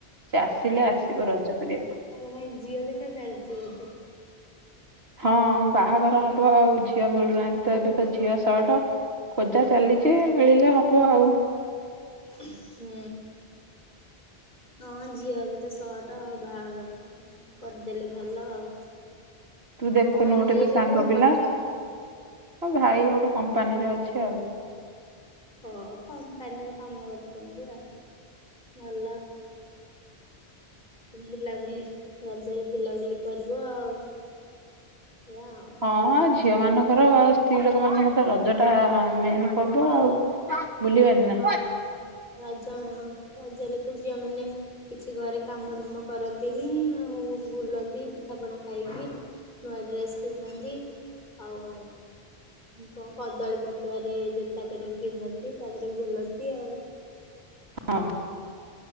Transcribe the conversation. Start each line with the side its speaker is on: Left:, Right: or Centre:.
Right: ସେ ଆସିଲେ ଆସିବ ରଜ କରିଆକୁ।
Left: ତାଙ୍କ ପାଇଁ ଝିଅ ଦେଖା ଚାଲିଚି ବୋଧେ?
Right: ହଁ ବାହାଘର ହବ ଆଉ ଝିଅ ମିଳୁନାହାନ୍ତି ତ ଏବେ ତ ଝିଅ ସର୍ଟ ଖୋଜା ଚାଲିଚି ମିଳିଲେ ହବ ଆଉ।
Left: ହୁଁ। ହଁ ଝିଅ ଏବେ ତ ଶଟ ଆଉ ବାହାଘର କରିଦେଲେ ଭଲ ଆଉ।
Right: ତୁ ଦେଖୁନୁ
Left: ତମ ଭାଇ
Right: ଗୋଟେ ତୋ
Left: ଏବେ
Right: ସାଙ୍ଗ
Left: କଣ
Right: ପିଲା।
Left: କରୁଛନ୍ତି?
Right: ମୋ ଭାଇ ଗୋଟେ କମ୍ପାନୀରେ ଅଛି ଆଉ
Left: ହଁ କମ୍ପାନୀରେ କାମ କରୁଛନ୍ତି ଆଉ ଭଲ। ବୁଲାବୁଲି ରଜରେ ବୁଲାବୁଲି କରିବ ଆଉ ଏଇଆ ଆଉ
Right: ହଁ ଆ ଝିଅ ମାନଙ୍କର ଆଉ ସ୍ତ୍ରୀ ଲୋକ ମାନଙ୍କର ତ ରଜ ଟା ମେନ୍ ପର୍ବ ଆଉ। ବୁଲିବାନି ନା
Left: ହଁ ରଜ ରଜରେ ତ ଝିଅ ମାନେ କିଛି ଘରେ କାମ ଦାମ କରନ୍ତିନି ଆଉ ବୁଲନ୍ତି ପି ଠାପଣା ଖାଇକି ନୂଆ ଡ୍ରେସ୍ ପିନ୍ଧନ୍ତି ଆଉ ହୁଁ କଣ କଦଳୀ ପଟୁଆରେ ଜୋତା କରିକି ପିନ୍ଧନ୍ତି? ତାପରେ ବୁଲନ୍ତି ଆଉ
Right: ହଁ।